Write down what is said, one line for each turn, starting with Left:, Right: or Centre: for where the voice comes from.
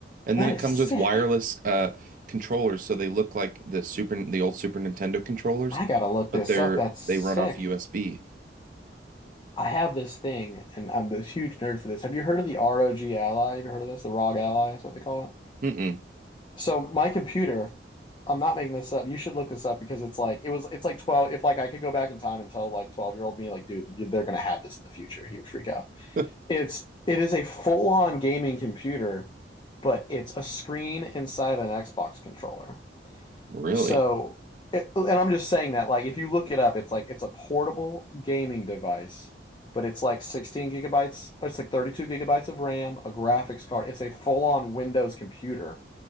Right: and
Left: That
Right: then it
Left: is
Right: comes
Left: sick.
Right: with wireless uh, controllers, so they look like the super the old Super Nintendo controllers,
Left: I gotta look
Right: but
Left: this
Right: they're
Left: up. That's sick.
Right: they run off USB.
Left: I have this thing, and I'm this huge nerd for this. Have you heard of the ROG Ally? Have you heard of this? The ROG Ally is what they call it.
Right: Mm-mm.
Left: So my computer, I'm not making this up. You should look this up because it's like it was. It's like 12. If like I could go back in time and tell like 12 year old me, like, dude, they're gonna have this in the future. He would freak out.
Right: <laughs>
Left: It's it is a full on gaming computer, but it's a screen inside of an Xbox controller.
Right: Really?
Left: So, it, and I'm just saying that, like, if you look it up, it's like it's a portable gaming device, but it's like 16 gigabytes, or it's like 32 gigabytes of RAM, a graphics card. It's a full-on Windows computer,